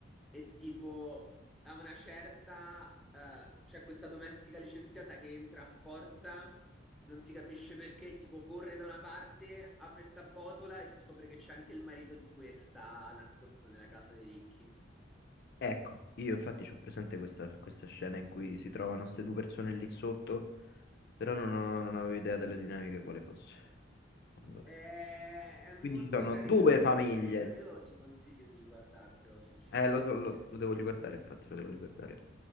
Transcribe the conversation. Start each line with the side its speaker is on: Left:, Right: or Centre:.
Centre: e tipo a una certa eh, c'è questa domestica licenziata che entra a forza, non si capisce perché, tipo corre da una parte, apre sta botola e si scopre che c'è anche il marito di questa nascosto nella casa dei ricchi.
Left: Ecco, io infatti ho presente questa, questa scena in cui si trovano queste due persone lì sotto, però non, ho- non avevo idea delle dinamiche quale fosse. Non lo
Centre: È,
Left: vedo.
Centre: è molto
Left: Quindi ci sono
Centre: carino,
Left: due
Centre: è molto
Left: famiglie,
Centre: carino. Io ti consiglio di riguardartelo, sinceramente.
Left: Eh, lo so, lo, lo devo riguardare, infatti, lo devo riguardare.